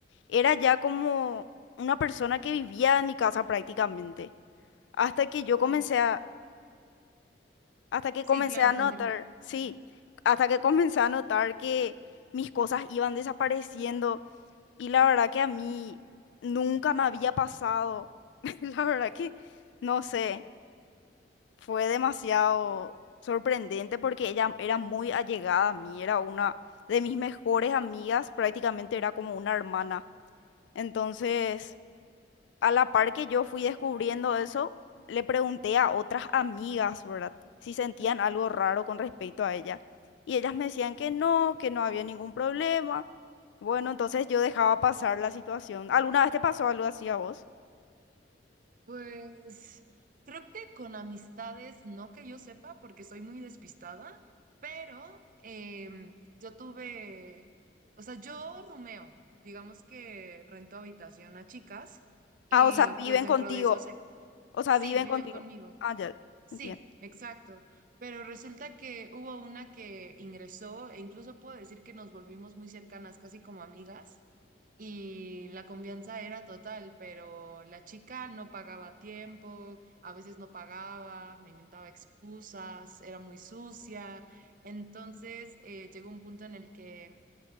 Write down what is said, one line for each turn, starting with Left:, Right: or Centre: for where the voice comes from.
Left: Era ya como una persona que vivía en mi casa prácticamente. Hasta que yo
Right: Ay,
Left: comencé a, hasta que
Right: sí,
Left: comencé
Right: claro,
Left: a notar,
Right: continúa.
Left: sí, hasta que comencé a notar que mis cosas iban desapareciendo y la verdad que a mí nunca me había pasado. <laughs> La verdad que, no sé, fue demasiado sorprendente porque ella era muy allegada a mí, era una de mis mejores amigas, prácticamente era como una hermana. Entonces... a la par que yo fui descubriendo eso, le pregunté a otras amigas, ¿verdad? Si sentían algo raro con respecto a ella. Y ellas me decían que no, que no había ningún problema. Bueno, entonces yo dejaba pasar la situación. ¿Alguna vez te pasó algo así a vos?
Right: Pues creo que con amistades, no que yo sepa, porque soy muy despistada, pero em, yo tuve, o sea, yo rumeo, digamos que rento habitación a chicas
Left: Ah,
Right: y
Left: o sea, viven
Right: pues dentro
Left: contigo.
Right: de eso se,
Left: O sea,
Right: sí,
Left: viven
Right: viven
Left: contigo.
Right: conmigo.
Left: Ah, ya,
Right: Sí,
Left: entiendo.
Right: exacto. Pero resulta que hubo una que ingresó, e incluso puedo decir que nos volvimos muy cercanas, casi como amigas, y la confianza era total, pero la chica no pagaba a tiempo, a veces no pagaba, me inventaba excusas, era muy sucia. Entonces, eh, llegó un punto en el que